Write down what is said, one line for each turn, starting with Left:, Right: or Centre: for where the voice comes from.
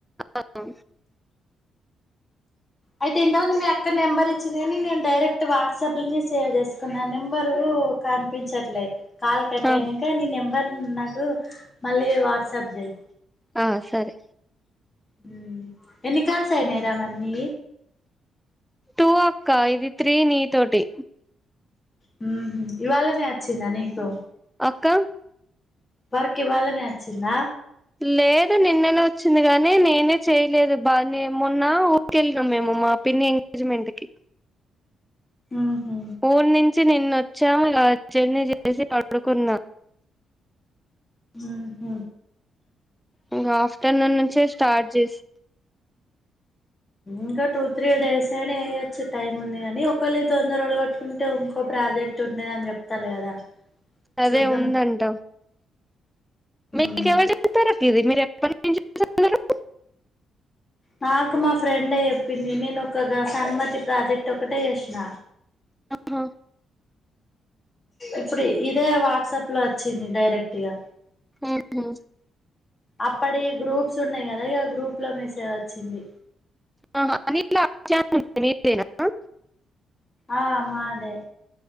Centre: అవు
Left: అయితే ఎంతవంది మీ అక్క నెంబర్ ఇచ్చింది అని నేను డైరెక్ట్ వాట్సాప్ లోని సేవ్ చేసుకున్నా నెంబరు కనిపించట్లే కాల్ కట్టేను
Centre: ఆ
Left: న నెబర్ నాకు మళ్ళీ వాట్సాప్ చేయి
Centre: ఆ సరే
Left: హ ఎన్నికల్స్ అయినాయి రామన్నీ
Centre: టూ అక్క ఇది త్రీ నీ తోటి
Left: హ ఇవాళనే వచ్చిందా నీకు
Centre: క్క
Left: పరకి వాళ్ళనే వచ్చిందా
Centre: లేదు నిన్ననే వచ్చింది కాగానీ నేనే చేయలేదు బానే మొన్న ఊరికెళ్ళిన మేము మా పిన్ని ఎంగేజ్మెంట్ కి
Left: ఉహు
Centre: ఊన్ నిం నిన్న వచ్చా గార్జన్ చేసి పడుకున్నా
Left: ఆహ
Centre: ఇంకా ఆఫ్టర్నూన్ నుంచే స్టార్ట్ చేసి
Left: ఇంకా టూ త్రీ డేస్ అయినా అయ్యొచ్చు టైమ్ ఉంది కానీ ఒకళు తొందరడు కట్టుకుంటే ఇంకో ప్రాజెక్ట్ ఉండేద అని చెప్తారు కదా
Centre: అదే
Left: చూద్దాం
Centre: ఉందంట మీకెవరు
Left: ఉమ్
Centre: చెప్తార అ ఇది మీరు ఎటి <inaudible>
Left: నాకు మా ఫ్రెండే చెప్పింది నేను ఒక్కగా సన్మతి ప్రాజెక్ట్ ఒకటే చేసిన
Centre: ఆహా,
Left: ఇప్పుడు ఇదే వాట్సాప్ లో వచ్చింది డైరెక్ట్గా
Centre: హ్మ్మ్
Left: అప్పడి గ్రూప్ సున్నాయి గదా ఇగా ఆ గ్రూప్ లో మెస్ తో వచ్చింది
Centre: ఆహ్ అనిల్ అట్లే అని ఉం నా
Left: ఆ మాదే